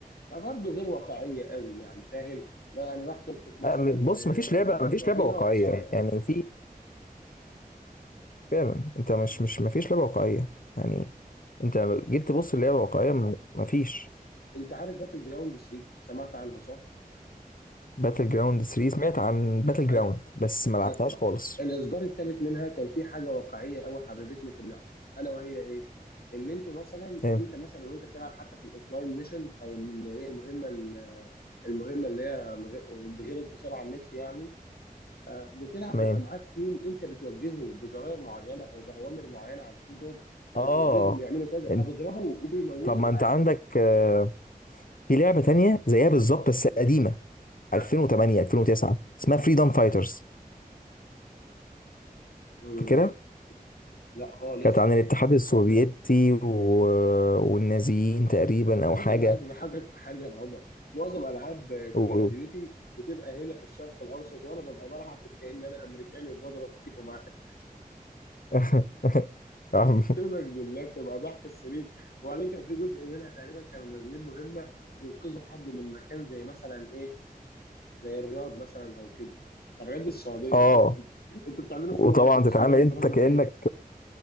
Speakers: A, on the left (about 85°); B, on the left (about 65°).
A: فبرضه غير واقعيه قوي يعني فاهم لا يعني راح تنقذ مثلا
B: آه، بص
A: آه،
B: مفيش لعبه مفيش
A: رهينه
B: لعبه واقعيه
A: سواد
B: يعني في فعلا انت مش مش مفيش لعبه واقعيه يعني انت لما جيت تبص اللعبه واقعيه م- مفيش
A: انت عارف باتل جراوند 3 سمعت عنها صح؟
B: باتل جراوند 3 سمعت عن باتل جراوند
A: ع-
B: بس ما لعبتهاش
A: ع- لا.
B: خالص
A: الاصدار الثالث منها كان في حاجه واقعيه قوي حببتني في اللعبه الا وهي ايه؟ ان انت مثلا
B: ايه
A: انت مثلا وانت بتلعب حتى في الاوفلاين ميشن او اللي هي المهمه ال- المهمه اللي هي مغ- بغير اتصال على النت يعني آه، بتلعب
B: تمام
A: بيبقى معاك تيم انت بتوجهه بزراير معينه او باوامر معينه على الكيبورد
B: اه
A: بتوجههم يعملوا كذا فبيضربوا
B: انت
A: وبيموتوا
B: طب ما
A: معاك
B: انت عندك آه، في لعبه تانية زيها بالظبط بس قديمه 2008
A: ها
B: 2009 اسمها فريدم فايترز
A: مم.
B: فاكرها؟
A: لا خالص
B: كانت عن الاتحاد السوفيتي و... والنازيين تقريبا
A: على
B: او
A: فكره
B: حاجه
A: انا عايز اضحكك في حاجه يا عمر معظم العاب
B: و...
A: كول اوف ديوتي بتبقى هنا في الشرق الاوسط وانا ببقى بلعب كأن انا امريكاني وبضرب فيهم عادي <laughs>
B: <laughs>
A: اقسم لك بالله بتبقى ضحك السنين وبعدين كان في جزء منها تقريبا كانوا منزلين مهمه ينقذوا حد من مكان زي مثلا ايه زي الرياض مثلا او كده الرياض دي السعوديه
B: اه
A: <laughs> انتوا انتوا بتعملوا
B: وطبعا
A: فينا ايه انتوا بتخلونا
B: تتعامل انت
A: نضربه
B: كانك
A: فين